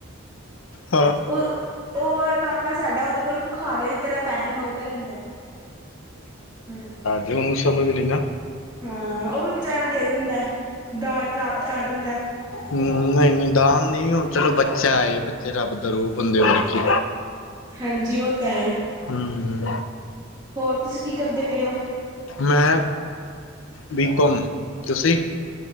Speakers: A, on the left; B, on the right.
A: ਹਾਂ
B: ਉਹ ਉਹ ਕਾਕਾ ਸਾਡਾ ਉਹਦੇ ਉਹ ਦੇ ਕੋਲੋਂ ਭਿਖਾਦਿਆਂ ਦੀ ਤਰ੍ਹਾਂ ਪੈਸੇ ਮੰਗਦਾ ਰਹਿੰਦਾ ਹਾਂ।
A: ਤੇ ਉਹਨੂੰ ਸਮਝ ਵੀ ਨਹੀਂ ਨਾ।
B: ਹਾਂ ਉਹ ਵੀ ਬਚਾਰਾ ਦੇ ਦਿੰਦਾ, ਦਾਨ ਪ੍ਰਾਪਤ ਕਰ ਦਿੰਦਾ।
A: ਹਮ ਨਹੀਂ ਨਹੀਂ ਦਾਨ ਨੀ, ਚਲੋ ਬੱਚਾ ਆਏ ਬੱਚੇ ਰੱਬ ਦਾ ਰੂਪ ਹੁੰਦੇ ਬ ਕੀ
B: ਹਾਂਜੀ ਉਹ ਤਾਂ ਹੈ।
A: ਹਮ।
B: ਹੋਰ ਤੁਸੀਂ ਕੀ ਕਰਦੇ ਪਏ ਹੋ
A: ਮੈਂ ਬੀ-ਕਮ, ਤੁਸੀਂ